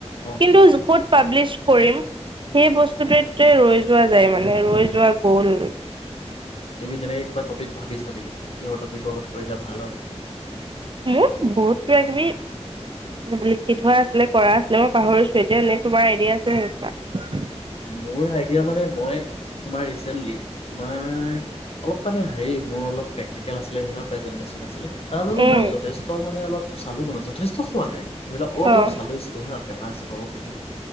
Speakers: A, on the left; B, on the right.
A: অ
B: কিন্তু <unintelligible> পাব্লিছ কৰিম। সেই বস্তু <unintelligible> যোৱা যায় মানে ৰৈ যোৱা গ'ল।
A: <unintelligible> তুমি তেনেকে কিবা টপিক ভাবিছা নেকি, কিহৰ টপিকৰ ওপৰত কৰিলে ভাল হ'ব?
B: মোৰ বহুত কিবা কিবি লিখি থোৱা আছিলে, কৰা আছিলে, মই পাহৰিছো এতিয়া, নে তোমাৰ আইডিয়া আছে <unintelligible>
A: মোৰ আইডিয়া মানে মই, তোমাৰ ৰিচেণ্টলি, তোমাৰ অলপ <unintelligible> হেৰি মোৰ অলপ প্ৰেক্টিকেল আছিলে ধৰি লোৱা প্ৰেজেণ্টেচন আছিলে, তাৰ বাবে
B: উম
A: মই যথেষ্ট মানে অলপ চালো ম যথেষ্ট চোৱা নাই, ধৰি লোৱা অলপ
B: অ
A: অলপ চালৈছিলো হা পেপাৰ চেপাৰ বোৰ পঢ়ি।